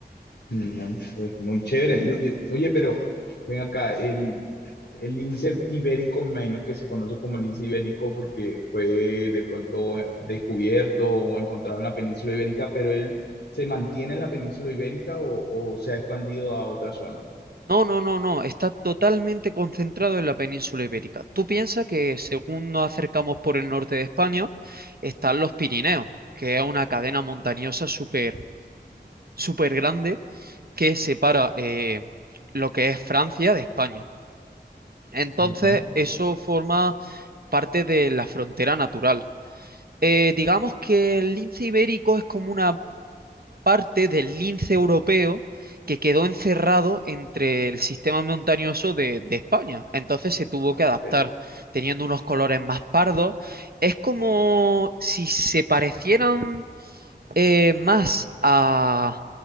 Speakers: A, on the left; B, on the right.
A: No, pues, muy chévere. Yo- yo- Oye, pero ven acá, el, el lince ibérico, me imagino que se conoce como lince ibérico porque fue de pronto eh, descubierto o encontrado en la península ibérica, pero él se mantiene en la península ibérica o, o se ha expandido a otra zona.
B: No, no, no, no, está totalmente concentrado en la península ibérica. Tú piensas que según nos acercamos por el norte de España, están los Pirineos, que es una cadena montañosa súper, súper grande que separa eh, lo que es Francia de España. Entonces,
A: Ujú.
B: eso forma parte de la frontera natural. Eh, digamos que el lince ibérico es como una parte del lince europeo que quedó encerrado entre el sistema montañoso de, de España. Entonces se tuvo
A: Ah,
B: que adaptar,
A: ok.
B: teniendo unos colores más pardos. Es como si se parecieran eh, más a,